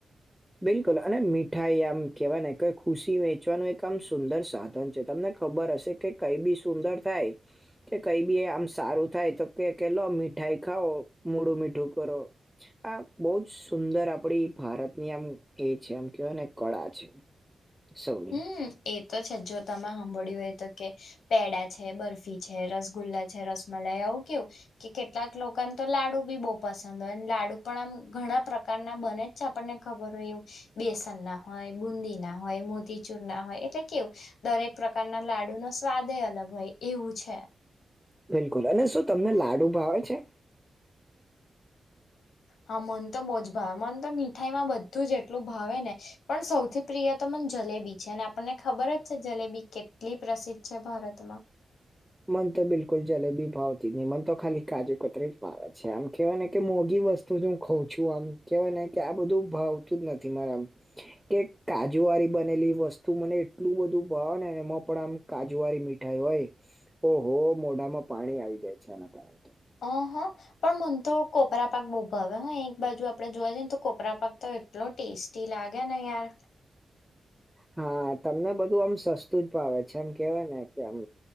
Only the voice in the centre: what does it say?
બિલકુલ અને મીઠાઈ આમ કેહેવાય ને ખુશી વેચવાનું એક આમ સુંદર સાધન છે તમને ખબર હશે કે કઈ બી સુંદર થાય કે કઈ બી આમ સારું થાય તો કે કે લો મીઠાઈ ખાવ મોડું મીઠું કરો. આ બહુ જ સુંદર આપડી એ ભારત નીમ એ છે એમ કેવાય ને કળા છે. સૌની.
બિલકુલ અને શું તમને લાડુ ભાવે છે.
મન તો બિલકુલ જલેબી ભાવતી જ નહી મન તો ખાલી કાજુ કતરી જ ભાવે છે આમ કેહેવાય ને કે મોઘી વસ્તુ હું ખઉં છું આમ કેવાય ને કે આ બધું ભાવતું જ નથી મારા આમ કે કાજુ વાળી બનેલી વસ્તુ મને એટલું બધું ભાવ ને એમાં પણ આમ કાજુવાળી મીઠાઈ હોય ઓ હો મોઢામાં પાણી આવી જાય છે આના કારણે તો
હા તમને બધું આમ સસ્તું જ પાવે છે આમ કેવાય ને કે આમ